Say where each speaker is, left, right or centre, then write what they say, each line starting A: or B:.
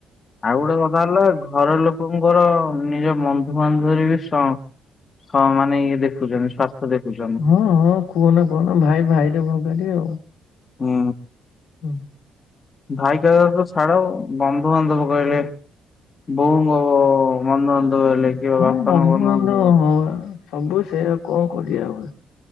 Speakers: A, on the left; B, on the left.
A: ଆଉ ଗୋଟେ କଥା ହେଲା ଘର ଲୋକଙ୍କର ନିଜ ବନ୍ଧୁବାନ୍ଧବରେ ବି ସ ହଁ ମାନେ ଇଏ ଦେଖୁଚନ୍ତି ସ୍ବାସ୍ଥ୍ୟ ଦେଖୁଚନ୍ତି।
B: ହଁ ହଁ କୁହନା କୁହନା ଭାଇ ଭାଇରେ ଭଗାରି ଆଉ।
A: ହୁଁ,
B: ହୁଁ।
A: ଭାଇ କଥା ତ ଛାଡ ବନ୍ଧୁବାନ୍ଧବ କହିଲେ <unintelligible>
B: ହଁ ବନ୍ଧୁବାନ୍ଧବ ହଁ ବା ସବୁ ସେ ଆଉ କଣ କରିଆ ଆମେ।